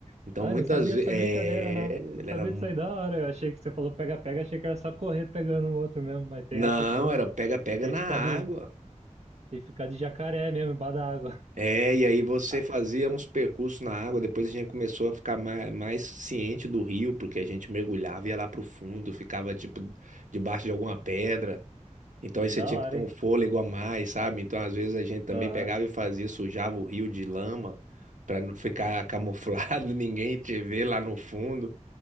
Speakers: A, on the right; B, on the right.
A: Então,
B: ai,
A: muitas
B: não sabia
A: vezes,
B: dessa
A: é,
B: brincadeira não.
A: ele
B: Não sabia
A: era,
B: disso aí da hora. Eu achei que você falou pega-pega, achei que era só correr pegando o outro mesmo, mas tem
A: não,
B: essa do.
A: era pega-pega
B: Tem
A: na
B: que ficar
A: água.
B: de, tem que ficar de jacaré mesmo, embaixo da água. <laughs>
A: É, e aí você
B: Ah,
A: fazia uns percursos na água, depois a gente começou a ficar mais, mais ciente do rio, porque a gente mergulhava, ia lá pro fundo, ficava tipo debaixo de alguma pedra. Então aí você
B: da
A: tinha
B: hora,
A: que ter um
B: hein?
A: fôlego a mais, sabe? Então às vezes a gente também
B: Aham,
A: pegava e fazia, sujava o rio de lama para não ficar camuflado, <laughs> ninguém te ver lá no fundo.